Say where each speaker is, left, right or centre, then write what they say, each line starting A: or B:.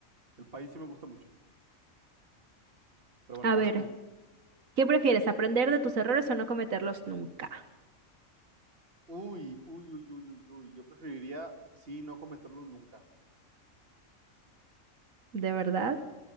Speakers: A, on the right (about 45°); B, on the right (about 85°).
A: El pie sí me gusta mucho. Pero bueno,
B: A
A: vas
B: ver,
A: tú.
B: ¿qué prefieres, aprender de tus errores o no cometerlos nunca?
A: Uy, uy, uy, uy, uy, uy. Yo preferiría, sí, no cometerlos nunca.
B: ¿De verdad?